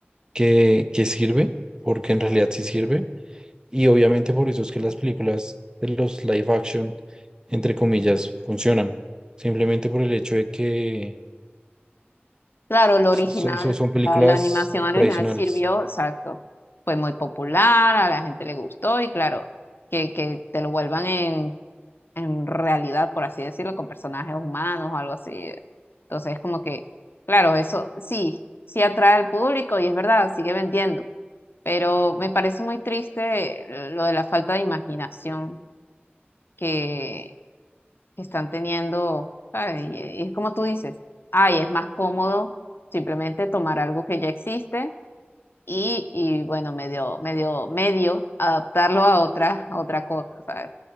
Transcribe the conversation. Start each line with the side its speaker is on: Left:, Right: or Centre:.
Right: que, que sirve, porque en realidad sí sirve. Y obviamente por eso es que las películas de los live action, entre comillas, funcionan. Simplemente por el hecho de que
Left: Claro, lo
Right: so-
Left: original,
Right: so- son películas
Left: la, la animación
Right: eh,
Left: original
Right: tradicionales.
Left: sirvió, exacto. Fue muy popular, a la gente le gustó y claro, que, que te lo vuelvan en en realidad, por así decirlo, con personajes humanos o algo así. Entonces, como que, claro, eso sí, sí atrae al público y es verdad, sigue vendiendo, pero me parece muy triste lo de la falta de imaginación que, que están teniendo, ¿sabes? Y, y es como tú dices, ay, es más cómodo simplemente tomar algo que ya existe y, y bueno, medio, medio, medio adaptarlo a otra, a otra cosa, ¿sabes?